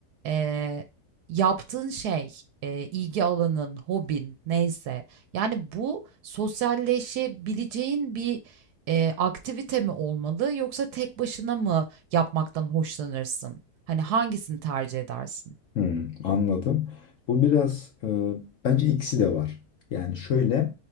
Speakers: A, on the right; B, on the left.
A: e, yaptığın şey, e, ilgi alanın, hobin neyse yani bu sosyalleşebileceğin bir e, aktivite mi olmalı yoksa tek başına mı yapmaktan hoşlanırsın? Hani hangisini tercih edersin?
B: Hmm, anladım. Bu biraz e, bence ikisi de var. Yani şöyle